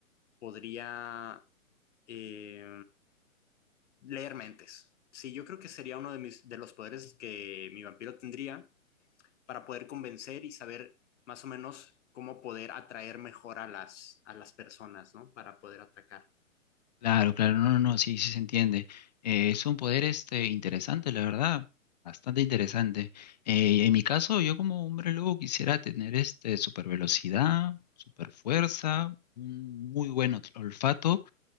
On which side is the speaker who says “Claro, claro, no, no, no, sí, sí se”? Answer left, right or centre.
Left